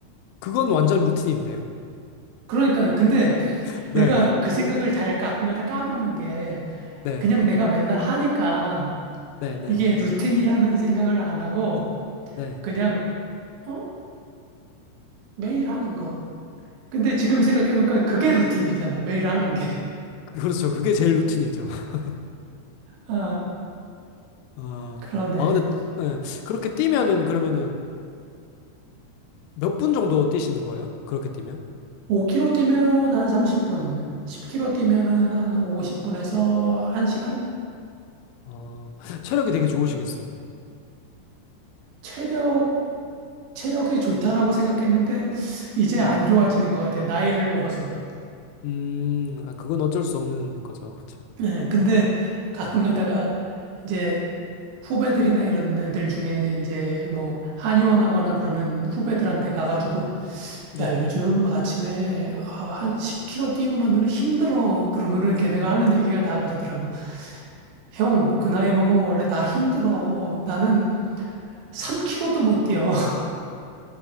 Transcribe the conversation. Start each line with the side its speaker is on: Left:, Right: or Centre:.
Left: 그건 완전 루틴인데요.
Right: 그러니까 근데
Left: <laughs> 네.
Right: 내가 그 생각을 잘 가끔가다 까먹는 게
Left: 네.
Right: 그냥 내가 맨날 하니까
Left: 네네.
Right: 이게 루틴이라는 생각을 안 하고
Left: 네. 네.
Right: 그냥 어? 매일 하는 거. 근데 지금 생각해보니까 그게 루틴이잖아. 매일 하는 게.
Left: 그렇죠. 그게 제일 루틴이죠. <laughs>
Right: <laughs> 아,
Left: 아
Right: 그러네.
Left: 아, 근데, 예, 그렇게 뛰면은, 그러면은, 몇 분 정도 뛰시는 거예요? 그렇게 뛰면?
Right: 5km 뛰면 한 30분, 10km 뛰면은 한 50분에서 1시간?
Left: 어, 체력이 되게 좋으시겠어요.
Right: 체력, 체력이 좋다라고 생각했는데, 이제 안
Left: 네.
Right: 좋아지는 것 같아요. 나이를 먹어서.
Left: 음, 아, 그건 어쩔 수 없는 거죠. 그렇죠.
Right: 네, 근데 가끔
Left: 네.
Right: 가다가 이제 후배들이나 이런 애들 중에 이제 뭐 한의원 하거나 그러는 후배들한테 가가지고
Left: 네.
Right: 야, 요즘 아침에 아, 한 10km 뛰고 나면 힘들어. 그러면은 걔네가 하는 얘기가 다 그러더라고. 형, 그 나이 먹으면 원래 다 힘들어. 나는 3 k 로도못 뛰어.